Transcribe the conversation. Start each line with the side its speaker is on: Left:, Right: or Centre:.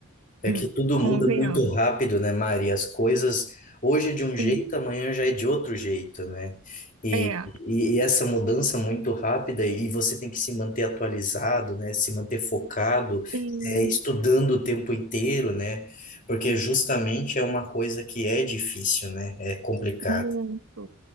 Left: É
Right: <laughs>
Left: que tudo muda
Right: Convenhamos.
Left: muito rápido, né, Mari? As coisas hoje é de um jeito,
Right: Sim.
Left: amanhã já é de outro jeito, né? E,
Right: É,
Left: e, e essa mudança muito rápida, e você tem que se manter atualizado, né? Se manter focado,
Right: sim,
Left: é, estudando o tempo inteiro, né? Porque justamente é uma coisa que é difícil, né? É complicado.
Right: muito.